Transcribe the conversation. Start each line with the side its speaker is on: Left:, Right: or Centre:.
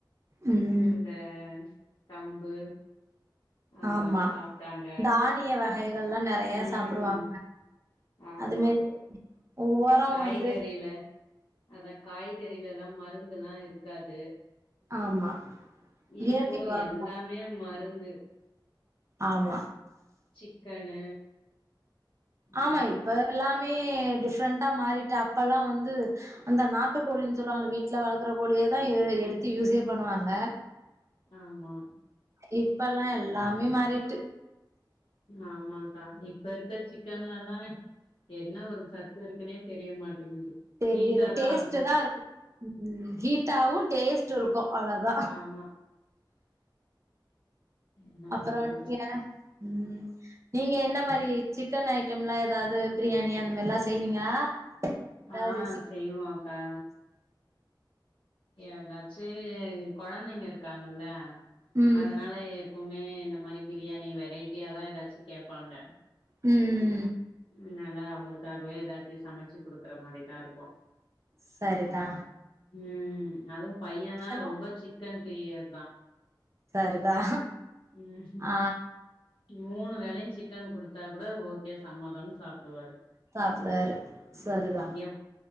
Right: ம்
Left: அந்த கம்பு அதெல்லா
Right: ஆமா
Left: சாப்டாங்க
Right: தானிய வகைகள்லா நெறைய
Left: ம்
Right: சாப்டுவாங்க
Left: ஆமா
Right: அது மாரி ஒரம்
Left: காய்கறில
Right: வந்து
Left: அதா காய்கறிலல்லா மருந்தெல்லா இருக்காது
Right: ஆமா
Left: இப்போ
Right: இயற்கை ஒரம்
Left: எல்லாமே மருந்து
Right: ஆமா
Left: சிக்கனு
Right: ஆமா
Left: எல்லா
Right: இப்ப எல்லாமே டிஃப்ரெண்டா மாறிட்டு அப்பெல்லா வந்து அந்த நாட்டுக்கோழின் சொல்லுவாங்கள வீட்டுல வளக்குற கோழியேதா எடுத்து யூஸே பண்ணுவாங்க
Left: ஆமா
Right: இப்பெல்லா எல்லாமே மாறிட்டு
Left: ஆமாக்கா இப்ப இருக்க சிக்கன்லலா என்ன ஒரு சத்து இருக்குனே தெரிய மாட்டேங்குது
Right: தெரியல
Left: ஹீட்டாதா
Right: டேஸ்ட்டு
Left: ஆவுது
Right: தா இருக்கு ஹீட்டாவு டேஸ்ட்டு இருக்கு அவ்ளோதா
Left: ஆமா என்ன
Right: அப்பறோ
Left: பண்றது
Right: நீங்க ம் நீங்க என்ன மாரி சிக்கன் ஐட்டம்லாம் ஏதாவது பிரியாணி அந்த மாரில்லா செய்வீங்களா ஏதாவது
Left: ஆ
Right: ரெசிபி
Left: செய்வோக்கா ஏதாச்சு கொழந்தைங்க இருக்காங்கல்ல
Right: ம்.
Left: அதனால எப்பவுமே இந்த மாரி பிரியாணி வெரைட்டியாதா ஏதாச்சு கேப்பாங்க
Right: ம்
Left: அதனால அவங்களுக்காகவே ஏதாச்சு சமச்சு குடுக்குற மாரி தா இருக்கு
Right: செரிதா
Left: ம் அதும் பையன்ல்லா
Right: ஸ்பெஷலா?
Left: ரொம்ப சிக்கன் பிரியர் தா
Right: துதா
Left: ம்
Right: ஆ
Left: மூணு வேலையு சிக்கன் குடுத்தா கூட ஓ கே சம்மதம்னு சாப்பிடுவாரு
Right: சாப்டுவாரு.
Left: ம்
Right: சரிதான்.
Left: எப்